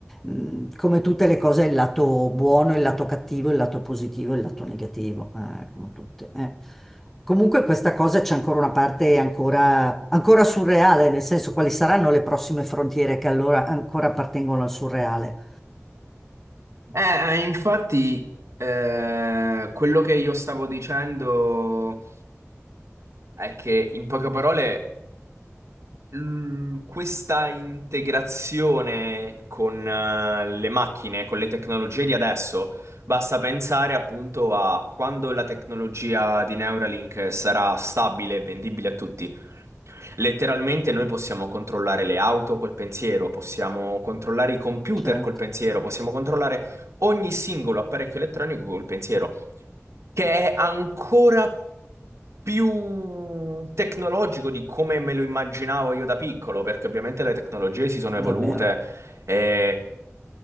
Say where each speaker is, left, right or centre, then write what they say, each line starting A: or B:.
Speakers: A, in the centre; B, on the right.
A: mm, Come tutte le cose, il lato buono, il lato cattivo, il lato positivo, il lato negativo, eh, come tutte. eh. Comunque questa cosa c'è ancora una parte ancora, ancora surreale, nel senso quali saranno le prossime frontiere che allora ancora appartengono al surreale.
B: Eh, eh, infatti, eh, quello che io stavo dicendo è che, in poche parole, Mm, Questa integrazione con eh, le macchine, con le tecnologie di adesso, basta pensare appunto a quando la tecnologia di Neuralink sarà stabile e vendibile a tutti. Letteralmente noi possiamo controllare le auto col pensiero, possiamo controllare i computer
A: Certo,
B: col pensiero, possiamo controllare ogni singolo apparecchio elettronico col pensiero che è ancora più tecnologico di come me lo immaginavo io da piccolo, perché ovviamente le tecnologie si sono
A: davvero.
B: evolute e